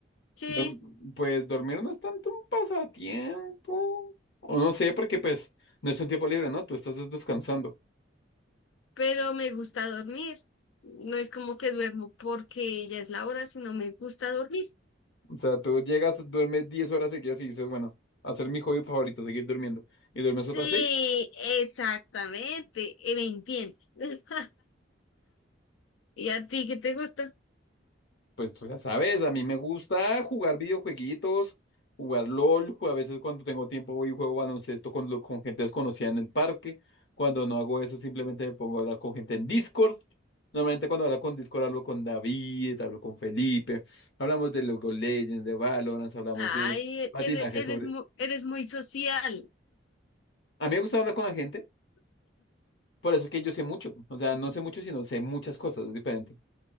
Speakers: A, on the left; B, on the left.
A: Sí,
B: Dorm- Pues dormir no es tanto un pasatiempo. O no sé, porque pues no es un tiempo libre, ¿no? Tú estás des- descansando.
A: pero me gusta dormir. No es como que duermo porque ya es la hora, sino me gusta dormir.
B: O sea, tú llegas, duermes 10 horas seguidas y dices, bueno, hacer mi hobby favorito, seguir durmiendo. Y duermes
A: Sí,
B: otras 6.
A: exactamente. eh, ¿Me entiendes? <laughs> ¿Y a ti qué te gusta?
B: Pues tú ya sabes, a mí me gusta jugar videojueguitos, jugar LOL, ju- a veces cuando tengo tiempo voy y juego baloncesto con, lo- con gente desconocida en el parque. Cuando no hago eso, simplemente me pongo a hablar con gente en Discord. Normalmente cuando hablo con Discord hablo con David, hablo con Felipe, hablamos de League of Legends, de Valorant, hablamos
A: Ay,
B: de patinaje
A: eres, eres,
B: sobre...
A: mu- eres muy social.
B: A mí me gusta hablar con la gente, por eso es que yo sé mucho. O sea, no sé mucho, sino sé muchas cosas, es diferente.